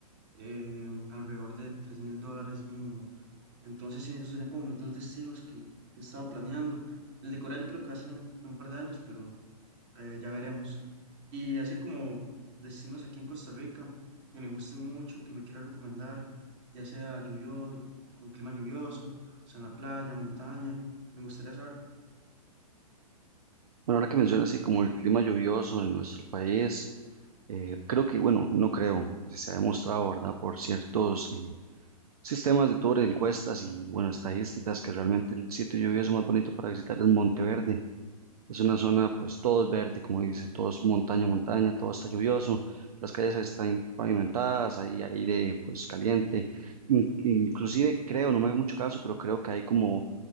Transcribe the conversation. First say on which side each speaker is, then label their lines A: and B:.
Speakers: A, on the right; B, on the right.
A: eh, alrededor de tres mil dólares mínimo. Entonces, sí, esos serían como mis dos destinos que, que estaba planeando. El de Corea yo creo que va a ser en un, en un par de años, pero eh, ya veremos. Y así como destinos aquí en Costa Rica que le gusten mucho, que me quiera recomendar, ya sea lluvioso, con clima lluvioso, o sea, en la playa, montaña, me gustaría saber.
B: Bueno, ahora que menciona así como el clima lluvioso en nuestro país. Eh, creo que, bueno, no creo, se ha demostrado, ¿verdad?, por ciertos eh, sistemas de tour, encuestas y, bueno, estadísticas que realmente el sitio lluvioso más bonito para visitar es Monteverde. Es una zona, pues todo es verde, como dice, todo es montaña, montaña, todo está lluvioso, las calles están pavimentadas, hay aire, pues caliente. In- inclusive creo, no me haga mucho caso, pero creo que hay como